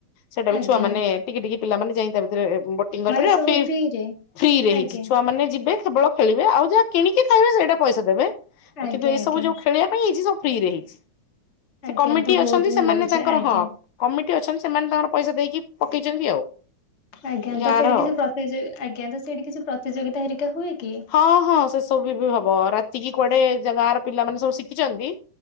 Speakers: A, on the left; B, on the left.
A: ସେଇଟା ବି
B: ଆଜ୍ଞା
A: ଛୁଆ ମାନେ ଟିକି ଟିକି ପିଲାମାନେ ଯାଇ ତା ଭିତରେ ବୋଟିଂ କରିପାରିବେ।
B: ମାନେ ସବୁ
A: ଆଉ
B: ଫ୍ରିରେ
A: ଫ୍ରିରେ ହେଇଛି
B: ଆଜ୍ଞା
A: ଛୁଆମାନେେ ଯିବେ କେବଳ ଖେଳିବେ ଆଉ ଯାହା କିଣିକି ଖାଇବେ ସେଇଟା ପଇସା ଦେବେ।
B: ଆଜ୍ଞା
A: କିନ୍ତୁ ଏଇ
B: ଆଜ୍ଞା
A: ସବୁ ଯୋଉ ଖେଳିବା ପାଇଁ ହେଇଛି। ସବୁ ଫ୍ରି ରେ ହେଇଛି। ସେ
B: ଆଜ୍ଞା
A: କମିଟି
B: ତ
A: ଅଛନ୍ତି।
B: ବହୁତ ଭଲ
A: ସେମାନେ
B: କଥା
A: ତାଙ୍କର
B: ଆଜ୍ଞା
A: ହଁ, କମିଟି ଅଛନ୍ତି। ସେମାନେ ତାଙ୍କର ପଇସା ଦେଇକି ପକେଇଛନ୍ତି। ଆଉ
B: ଆଜ୍ଞା!
A: ଗାଁର
B: ତ ସେଇଠି କିଛି
A: ଆଉ।
B: ପ୍ରତିଯୋଗ ଆଜ୍ଞା! ତ ସେଇଠି କିଛି ପ୍ରତିଯୋଗିତା ହେରିକା ହୁଏ କି?
A: ହଁ, ହଁ, ସେ ସବୁ ବି ହବ ରାତିକି କୁଆଡେ ଗାଁ ର ପିଲାମାନେ ସବୁ ଶିଖିଛନ୍ତି।